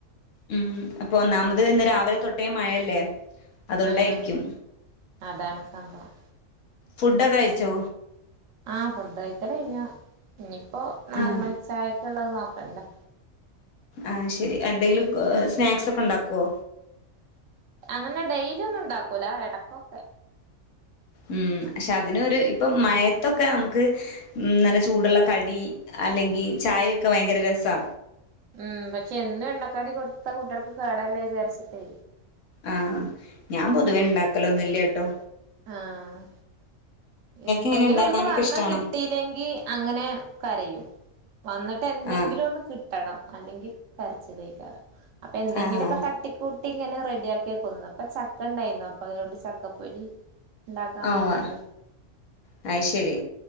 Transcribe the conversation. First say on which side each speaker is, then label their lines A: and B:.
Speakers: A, on the left; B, on the right.
A: ഉം അപ്പൊ ഒന്നാമത് ഇന്ന് രാവിലെ തൊട്ടേ മഴയല്ലേ. അതൊണ്ടായിരിക്കും.
B: ഉം അതാണ് സംഭവം
A: ഫുഡൊക്കെ കഴിച്ചോ?
B: ആഹ് ഫുഡ് കഴിക്കലയ്ഞ്ഞു. ഇഞ്ഞിപ്പോ നാല്
A: ആഹ്
B: മണിച്ചായക്ക് ഉള്ളത് നോക്കണ്ടേ.
A: അഹ് ശരി. എന്തെങ്കിലും കൊ സ്നാക്സ് ഒക്കെ ഉണ്ടാക്കുവോ?
B: അങ്ങനെ ഡെയ്ലി ഒന്നും ണ്ടാക്കൂല എടക്കൊക്കെ.
A: ഉം പക്ഷെ അതിനൊരു ഇപ്പം മയത്തൊക്കെ നമുക്ക് ഉം നല്ല ചൂടുള്ള കടി അല്ലെങ്കി ചായയൊക്കെ ഭയങ്കര രസാ.
B: ഉം പക്ഷെ എന്നും എണ്ണക്കടി കൊടുത്താ കുട്ട്യേൾക്ക് കേടല്ലേ വിചാരിച്ച്ട്ടേ.
A: ആഹ് ഞാൻ പൊതുവേ ഇണ്ടാക്കലൊന്നുല്ല്യട്ടോ.
B: ആഹ് ഇണ്ടെങ്കിലും
A: ഇങ്ങനെ ഉണ്ടാക്കാനൊക്കെ
B: ഓൽക്ക് വന്ന
A: ഇഷ്ടാണോ
B: കിട്ടീല്ലെങ്കി അങ്ങനെ കരയും. വന്നിട്ട് എന്തെങ്കിലും
A: ആഹ്
B: ഒന്ന് കിട്ടണം അല്ലെങ്കി കരച്ചിലേക്കാരം അപ്പൊ എന്തെങ്കിലൊക്കെ
A: ആഹ്
B: തട്ടി ക്കൂട്ടി ഇങ്ങനെ റെഡി ആക്കിയേക്കും. ഇന്ന്പ്പ ചക്ക ണ്ടായീന്നു. അപ്പൊ അതുകൊണ്ട് ചക്കപ്പൊരി. ഇണ്ടാക്കാൻ
A: ഓഹ്
B: വാണ്ടീട്ട്.
A: അത് ശരി